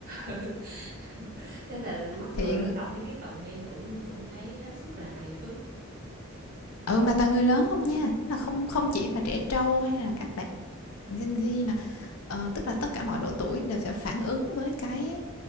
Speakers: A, on the right; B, on the left.
A: <laughs> Ừ, nên là mắc
B: thì
A: cười lắm đọc mấy cái comment cũng cũng thấy hết sức là hài hước
B: ừ mà toàn người lớn không nha là không không chỉ là trẻ trâu hay là các bạn Gen Z mà ờ, tức là tất cả mọi độ tuổi đều sẽ phản ứng với cái